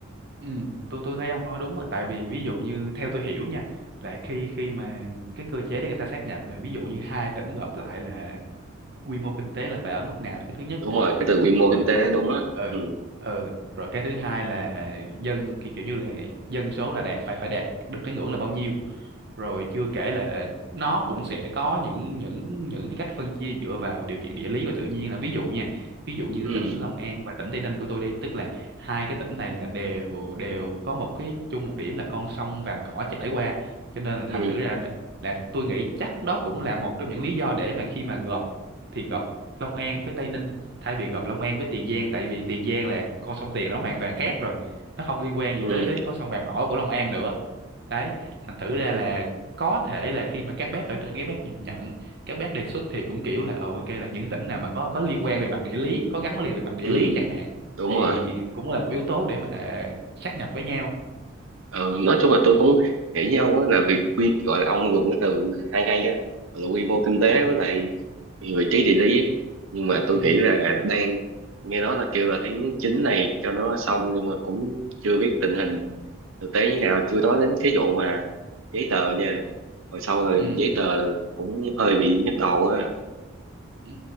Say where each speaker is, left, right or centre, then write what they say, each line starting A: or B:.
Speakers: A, on the right; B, on the right.
A: Ừ, tôi tôi thấy ông nói đúng á, tại vì ví dụ như theo tôi hiểu nha, là khi khi mà cái cơ chế để người ta sát nhập là ví dụ như hai tỉnh gộp lại là quy mô kinh tế là phải ở mức nào là cái thứ nhất
B: đúng
A: nè,
B: rồi cái từ quy mô
A: rồi
B: kinh tế đúng á
A: ừ
B: ừ
A: ừ rồi cái thứ hai là dân ki- kiểu như là dân số là đạt phải phải đạt được cái ngưỡng là bao nhiêu rồi chưa kể là nó cũng sẽ có những những những cái cách phân chia dựa vào điều kiện địa lý và tự nhiên là ví dụ nha ví dụ như
B: ừ
A: tỉnh Long An và tỉnh Tây Ninh của tôi đi tức là hai cái tỉnh này là đều đều có một cái chung một điểm là con sông Vàm Cỏ chảy qua cho nên là
B: ừ
A: thành thử ra đ- là tôi nghĩ chắc đó cũng là một trong những lý do để mà khi mà gộp thì gộp Long An với Tây Ninh thay vì gặp Long An với Tiền Giang tại vì Tiền Giang là con sông Tiền nó hoàn toàn khác rồi nó không liên quan gì
B: ừ
A: tới tới con sông Vàm Cỏ của Long An nữa đấy thành thử ra là có thể là khi mà các bác ở trên các bác nhìn nhận các bác đề xuất thì cũng kiểu là ờ ok là những tỉnh nào mà có có liên quan về mặt địa lý có gắn liền về mặt địa
B: ừ
A: lý chẳng hạn
B: đúng
A: thì
B: rồi
A: cũng là một yếu tố để mà sát nhập với nhau
B: ừ, nói chung là tôi cũng nghĩ với ông á là vì quy gọi là ông dùng cái từ hay hay á là quy mô kinh tế
A: ừ
B: với lại vị trí địa lý á. nhưng mà tôi
A: ừ
B: nghĩ là đang nghe nói là kêu là tháng 9 này cho nó xong nhưng mà cũng chưa biết tình hình thực tế như nào chưa nói đến cái vụ mà giấy tờ nha hồi sau là
A: ừ
B: giấy tờ là cũng hơi bị nhức đầu á
A: Ừ,